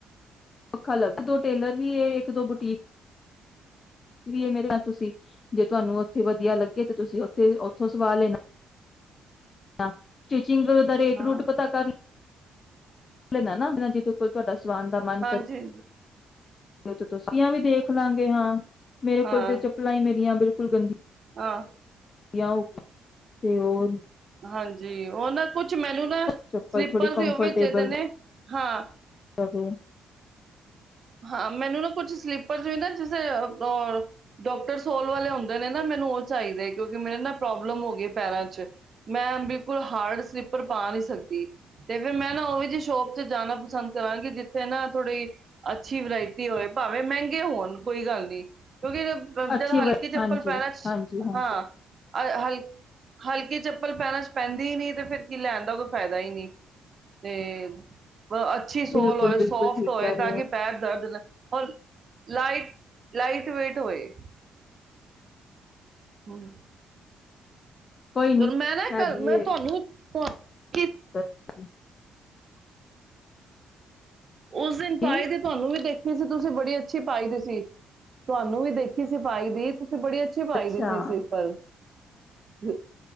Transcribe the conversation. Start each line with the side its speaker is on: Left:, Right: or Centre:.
Left: ਔਖਾ ਲੱਗਦਾ ਦੋ ਟੇਲਰ ਵੀ ਏ ਇੱਕ ਦੋ ਬੁਟੀਕ ਵੀ ਮੇਰੇ ਨਾਲ ਤੁਸੀਂ ਜੇ ਤੁਹਾਨੂੰ ਉੱਥੇ ਵਧੀਆ ਲੱਗੇ ਤੇ ਤੁਸੀਂ ਉੱਥੇ ਓਥੋਂ ਸਵਾ ਲੈਨਾ <inaudible> ਸਟੀਚਿੰਗ ਦਾ ਰੇਟ
Right: ਹਾਂ
Left: ਰੂਟ ਪਤਾ ਕਰ <unintelligible> ਲੈਣਾ ਨਾ <unintelligible> ਜਿਹਦੇ ਕੋਲ ਤੁਹਾਡਾ ਸਵਾਨ ਦਾ ਮਨ
Right: ਹਾਂਜੀ
Left: ਕਰ <unintelligible> ਤੇ ਤੁੱਸੀਆਂ ਵੀ ਦੇਖ ਲਾਂਗੇ ਹਾਂ। ਮੇਰੇ
Right: ਹਾਂ
Left: ਕੋਲ ਤੇ ਚੱਪਲਾਂ ਹੀ ਮੇਰੀਆਂ ਬਿਲ ਕੁਲਗੰਦੀ
Right: ਹਾਂ।
Left: <unintelligible> ਤੇ ਹੋਰ
Right: ਹਾਂਜੀ ਓ ਨਾ ਕੁੱਛ ਮੈਨੂੰ ਨਾ
Left: ਚੱਪਲ
Right: ਸਲੀਪਰ
Left: ਥੋੜੀ ਕੰਫਰਟੇਬਲ
Right: ਸੀ ਓ ਵੀ ਚਦੇ ਨੇ ਹਾਂ।
Left: ਰਵੇ।
Right: ਹਾਂ ਮੈਨੂੰ ਨਾ ਕੁੱਛ ਸਲੀਪ <unintelligible> ਪਰ ਜੇ ਨਾ ਜਿਸੇ ਆ ਡੋਕਟਰ ਸੋਲ ਵਾਲੇ ਹੁੰਦੇ ਨੇ ਨਾ ਮੈਨੂੰ ਉਹ ਚਾਈਦੇ ਕਿਉਂਕਿ ਮੇਰੇ ਨਾ ਪ੍ਰੋਬਲਮ ਹੋ ਗਈ ਪੈਰਾਂ ਚ ਮੈਂ ਬਿਲਕੁੱਲ ਹਾਰਡ ਸਲੀਪਰ ਪਾ ਨੀ ਸਕਦੀ ਤੇ ਫਿਰ ਮੈਂ ਨਾ ਓਹ ਜੀ ਸ਼ੋਪ ਚ ਜਾਣਾ ਪਸੰਦ ਕਰਾਂਗੀ ਜਿੱਥੇ ਨਾ ਥੋੜੀ ਅੱਛੀ ਵਰਾਇਟੀ ਹੋਵੇ ਭਾਵੇਂ ਮਹਿੰਗੇ ਹੋਣ ਕੋਈ ਗੱਲ ਨੀ ਕਿਉਂਕਿ ਜ
Left: ਅੱਛੀ
Right: ਜਦ ਹਲਕੀ
Left: ਵ
Right: ਚੱਪਲ
Left: ਹਾਂਜੀ,
Right: ਪੈਰਾਂ ਚ
Left: ਹਾਂਜੀ, ਹਾਂਜੀ
Right: ਹਾਂ ਹਲ ਹਲਕੀ ਚੱਪਲ ਪੈਰਾਂ ਚ ਪੈਂਦੀ ਹੀ ਨਹੀਂ ਤੇ ਫਿਰ ਕੀ ਲੈਣ ਦਾ ਕੋਈ ਫਾਇਦਾ ਹੀ ਨਹੀਂ ਤੇ ਅੱਛੀ ਸੋਲ
Left: ਬਿਲਕੁਲ,
Right: ਹੋਏ ਸੋਫਟ
Left: ਬਿਲਕੁਲ ਠੀਕ
Right: ਹੋਏ
Left: ਕਹਿ ਰਹੇ
Right: ਤਾਂ ਕਿ
Left: ਹੋ।
Right: ਪੈਰ ਦਰਦ ਨ <unintelligible> ਲਾਈਟ ਲਾਈਟ ਵੇਟ ਹੋਏ। ਹੂੰ
Left: ਕੋਈ ਨੀ
Right: ਮੈਂ ਨਾ ਇਕ
Left: ਹੈਗੀ
Right: ਮੈਂ
Left: ਏ
Right: ਤੁਹਾਨੂੰ <unintelligible> <unintelligible>
Left: <inaudible>
Right: ਉਸ ਦਿਨ
Left: ਦੀ
Right: ਪਾਏ ਦੇ ਤੁਹਾਨੂੰ ਵੀ ਦੇਖ <unintelligible> ਸੀ ਤੁਸੀਂ ਬੜੀ ਅੱਛੀ ਪਾਈ ਦੀ ਸੀ ਤੁਹਾਨੂੰ ਵੀ ਦੇਖੀ ਸੀ ਪਾਈ ਦੀ ਬੜੀ ਅੱਛੀ ਪਾਈ
Left: ਅੱਛਾ
Right: ਦੀ ਸੀ ਸਵਲੀਪਰ <unintelligible>